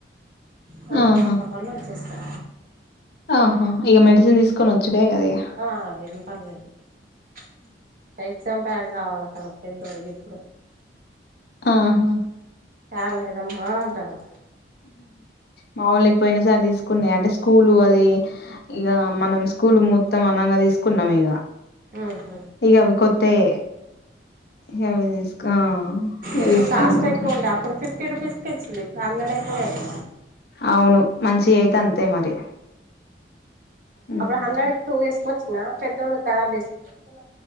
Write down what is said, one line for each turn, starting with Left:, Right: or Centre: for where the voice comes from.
Right: వన్
Left: ఆహా
Right: అండ్ హాఫ్ అవర్ లో వచ్చేస్తా
Left: ఆహా ఇక మెడిసిన్ తీసుకొని వచ్చుడే కదా ఇగ
Right: ఆ ఏం పర్లేదు లెండి ఎగ్జామ్ ప్యాడ్ కావాలంట మా పెద్దోడికి ఇప్పుడు
Left: ఆహా
Right: చాలలేదమ్మా అంటాడు
Left: మా వోళ్ళకి పోయినసారి తీసుకున్నవి అంటే స్కూలు అది ఇగ మనం స్కూల్ మొత్తం అనంగా తీసుకున్నాం ఇక
Right: ఆహ
Left: ఇగ అవి కొత్తాయే ఇగ అవి తీస్కోఇగ
Right: ఇప్పుడు
Left: తిస్కోము
Right: కాస్ట్ ఎక్కువ
Left: ఇగ
Right: ఉండే అప్పుడు ఫిఫ్టీ రూపెస్ కే ఇచ్చింది. ఇపుడు హండ్రెడ్ అయితయి ఏమో
Left: అవును మంచియి అయితే అంతే మరి ఉమ్
Right: అప్పుడు హండ్రెడ్కి టూ తీేసుకొచ్చినా పెద్దోడికి కరబ్ చేసుకుంద